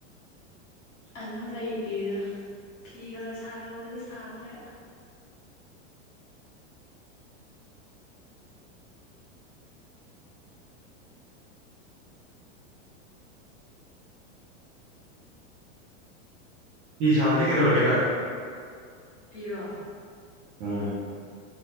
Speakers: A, on the left; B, on the right.
A: ꯑꯗꯨꯝ ꯂꯩꯔꯤꯗ ꯐꯤ ꯈꯔ ꯁꯥꯔꯝꯕꯗꯨꯁꯨ ꯁꯥꯗ꯭ꯔꯦ
B: ꯐꯤ ꯁꯥꯕꯗꯤ ꯀꯩꯗꯧꯔꯒ‌ꯦ ꯅꯪ
A: ꯐꯤꯔꯣ
B: ꯎꯝ